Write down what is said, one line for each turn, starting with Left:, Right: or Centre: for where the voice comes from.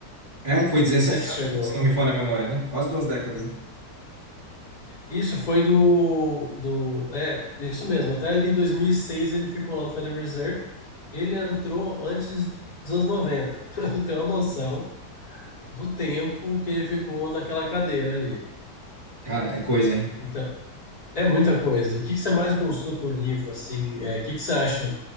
Right: É, foi dezessete
Left: Não sei se
Right: anos,
Left: chegou
Right: se não me falha a memória, né? Quase duas décadas, né?
Left: Isso foi do, do. É, isso mesmo. Até ali 2006 ele ficou lá no Federal Reserve. Ele entrou antes dos anos 90. Pra você <laughs> uma noção do tempo que ele ficou naquela cadeira ali.
Right: Cara, é coisa, hein?
Left: Então, é muita coisa. O que que você mais gostou do livro, assim? É, o que que você acha,